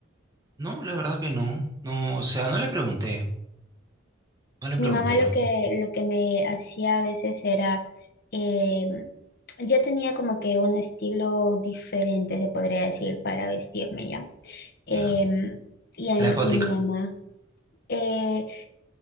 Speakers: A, on the right; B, on the left.
A: no, la verdad que no. No, o sea, no le pregunté. No le pregunté,
B: Mi mamá lo
A: no.
B: que, lo que me hacía a veces era, em, yo tenía como que un estilo diferente, se podría decir, para vestirme ya. Em,
A: ¿Ya?
B: y, a mi,
A: ¿Era gótica?
B: y mi mamá, eh,